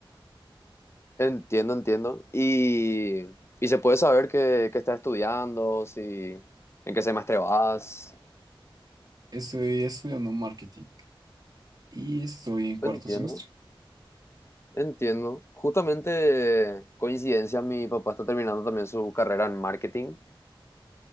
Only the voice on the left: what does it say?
Entiendo, entiendo. Y, y se puede saber qué, qué estás estudiando, si, en qué semestre vas.
Entiendo,
entiendo. Justamente, coincidencia, mi papá está terminando también su carrera en marketing.